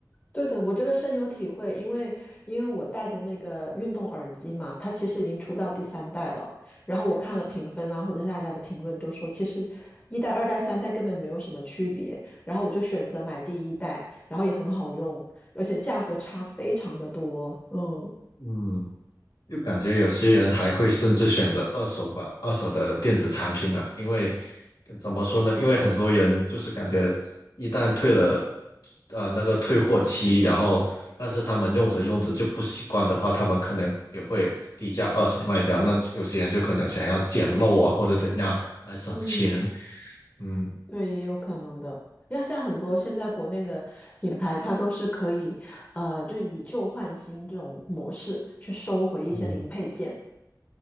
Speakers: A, on the left (about 25°); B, on the left (about 75°).
A: 对的，我这个深有体会，因为因为我戴的那个运动耳机嘛，它其实已经出到第三代了。然后我看了评分啊，或者是大家的评论都说，其实一代、二代、三代根本没有什么区别。然后我就选择买第一代，然后也很好用，而且价格差非常的多。嗯
B: 嗯，就感觉有些人还会甚至选择二手吧，二手的电子产品呢、因为怎么说呢？因为很多人就是感觉一旦退了呃那个退货期，然后但是他们用着用着就不习惯的话，他们可能也会低价二手卖掉。那有些人就可能想要捡漏啊或者怎样来省钱。
A: 嗯，
B: 嗯
A: 对，也有可能的。要像很多现在国内的品牌，它都是可以，呃，就是以旧换新这种模式去收回一些零配件。
B: 嗯，